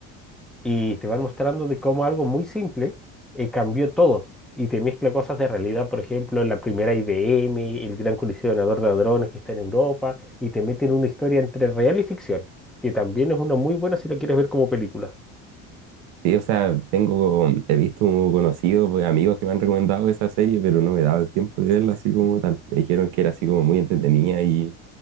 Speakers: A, in the centre; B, on the right.
A: y te van mostrando de cómo algo muy simple eh, cambió todo y te mezcla cosas de realidad, por ejemplo, la primera IBM, el gran colisionador de hadrones que está en Europa, y te meten una historia entre real y ficción, que también es una muy buena si la quieres ver como película.
B: Sí, o sea, tengo, he visto conocidos, pues, amigos que me han recomendado esa serie, pero no me he dado el tiempo de verla así como tal. Me dijeron que era así como muy entretenida y,